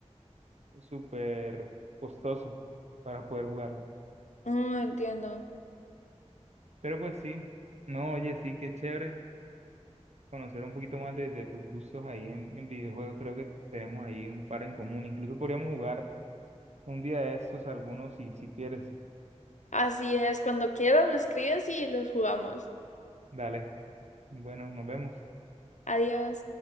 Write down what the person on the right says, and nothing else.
súper costoso para poder jugarlo.
Pero pues sí, no, oye, sí, qué chévere. conocer un poquito más de, de tus gustos ahí en, en videojuegos. Creo que tenemos ahí un par en común. Incluso podríamos jugar un día de estos algunos si, si quieres.
Dale. Bueno, nos vemos.